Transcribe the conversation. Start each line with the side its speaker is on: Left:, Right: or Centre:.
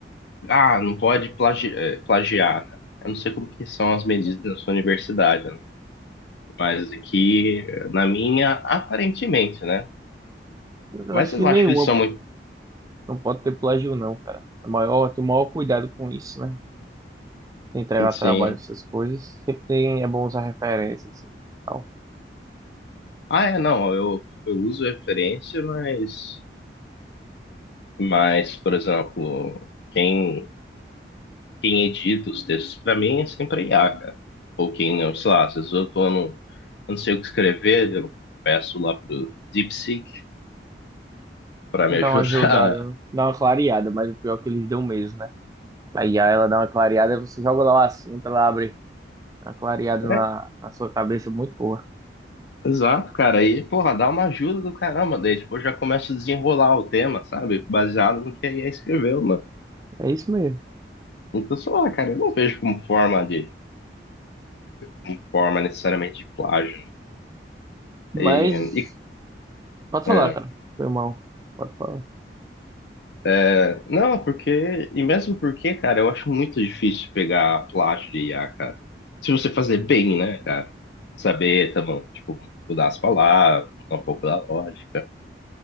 Left: ah, não pode plagi- eh, plagiar, né? Eu não sei como que são as medidas na sua universidade, né? Mas aqui, eh, na minha, aparentemente, né?
Right: Eu
Left: Mas
Right: acho
Left: eu
Right: que
Left: não
Right: nenhuma
Left: acho que eles são muito,
Right: não pode ter plágio, não, cara. É maior, tem o maior cuidado com isso, né? entregar
Left: assim...
Right: trabalho, essas coisas, sempre tem- é bom usar referências e tal.
Left: Ah, é, não, eu, eu uso referência, mas... Mas, por exemplo, quem, quem edita os textos para mim é sempre I a IA, cara. Ou quem, eu sei lá, às vezes eu tô no... Eu não sei o que escrever, eu peço lá pro DeepSeek para
Right: Dá
Left: me ajudar
Right: uma ajudada, né? Dá uma clareada, mas o pior é que eles dão mesmo, né? Aí ela dá uma clareada, você joga lá o assunto, ela abre uma clareada
Left: <laughs>
Right: na, na sua cabeça, muito boa.
Left: Exato, cara. Aí, porra, dá uma ajuda do caramba. Daí, tipo, eu já começo a desenrolar o tema, sabe? Baseado no que a IA escreveu, mano.
Right: É isso mesmo.
Left: Então, sei lá, cara, eu não vejo como forma de, como forma necessariamente de plágio. né?
Right: Mas,
Left: E, e-
Right: pode
Left: é,
Right: falar, cara. Foi mal. Pode falar. Não
Left: é, não, porque, e mesmo porque, cara, eu acho muito difícil pegar plágio de IA, cara. Se você fazer bem, né, cara? Saber, tá bom, tipo, mudar as palavras, mudar um pouco da lógica.